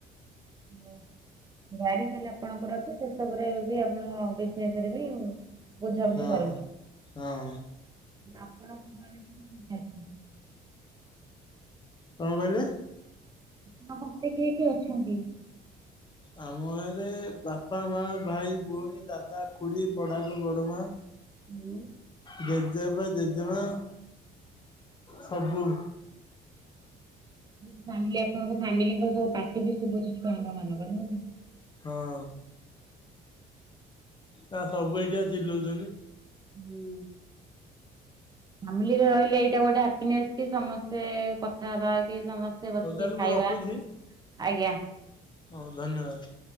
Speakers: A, on the right; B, on the left.
A: ଓହ ଗାଡି ତାହେଲେ ଆପଣଙ୍କର ଅଛି ସେସବୁରେ ବି ଆପଣ ରେ ବି ବୁଝାବୁଝି
B: ହଁ
A: କରନ୍ତି
B: ହଁ
A: ଆପଣଙ୍କ ସବୁ କିଏ କିଏ ଅଛନ୍ତି?
B: କଣ କହିଲେ?
A: ତମ ଘରେ କିଏ କିଏ ଅଛନ୍ତି?
B: ଆମ ଘରେ ବାପା ମା ଭାଇ ଭଉଣୀ ଦାଦା ଖୁଡି ବଡବାପା ବଡମା।
A: ହୁଁ।
B: ଜେଜେବାପା ଜେଜେମା ସବୁ।
A: ଫ୍ୟାମିଲି ଆପଣଙ୍କ ଫ୍ୟାମିଲିଙ୍କ ସବୁ ପାଟି ବି ଶୁଭୁଛି ଛୁଆଙ୍କ ମାନଙ୍କର ନୁହଁ କି।
B: ହଁ। ନା ସବୁ ଏଇଠିପା ଚିଲଉଛନ୍ତି।
A: ହୁଁ ଫାମିଲିରେ ରହିଲେ ଏଇଟା ଗୋଟେ ହାପିନେସ କି ସମସ୍ତେ କଥା ହବା କି ସମସ୍ତେ
B: ହଉ
A: ବସିକି
B: ତାହେଲେ ମୁଁ
A: ଖାଇବା
B: ରଖୁଛି
A: ଆଜ୍ଞା।
B: ହଉ ଧନ୍ୟବାଦ।